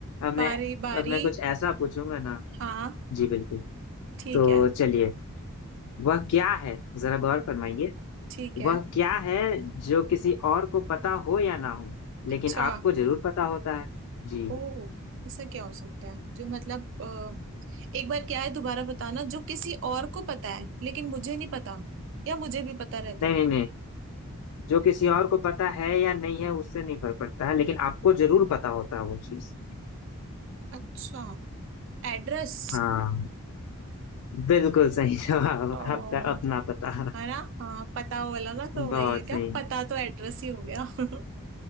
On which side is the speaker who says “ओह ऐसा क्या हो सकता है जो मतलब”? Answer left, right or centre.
Right